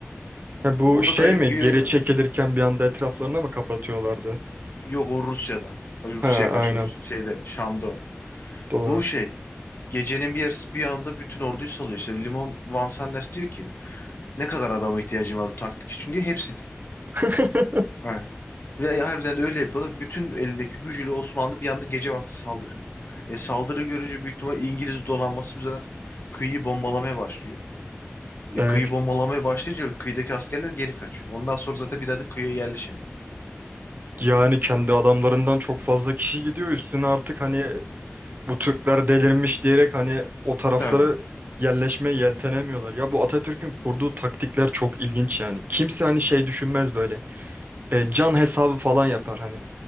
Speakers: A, on the right (about 40°); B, on the left (about 50°).
A: Ha, bu
B: O
A: şey
B: da garip
A: mi?
B: diyor.
A: Geri çekilirken bir anda etraflarına mı kapatıyorlardı?
B: Yok o Rusya'da. Ay, Rusya'ya
A: Ha,
B: karşı
A: aynen.
B: Rus şeyde Şam'da. o.
A: Doğru.
B: Bu şey gecenin bir yarısı bir anda bütün orduyu salıyor. İşte Limon Van Sanders diyor ki Ne kadar adama ihtiyacın var bu taktik için diye hepsi diyor.
A: <laughs>
B: Ha. Ve harbiden de öyle yapıyorlar. Bütün elindeki gücüyle Osmanlı bir anda gece vakti saldırıyor. E saldırı görünce büyük ihtimal İngiliz donanması bu sefer kıyıyı bombalamaya başlıyor. E,
A: Evet.
B: kıyı bombalamaya başlayınca kıyıdaki askerler geri kaçıyor. Ondan sonra zaten bir daha da kıyıya yerleşemiyor.
A: Yani kendi adamlarından çok fazla kişi gidiyor.
B: Hı.
A: Üstüne artık hani bu Türkler delirmiş diyerek hani o taraflara
B: Tabii.
A: yerleşmeye yeltenemiyorlar. Ya bu Atatürk'ün kurduğu taktikler çok ilginç yani. Kimse hani şey düşünmez böyle. E, can hesabı falan yapar hani.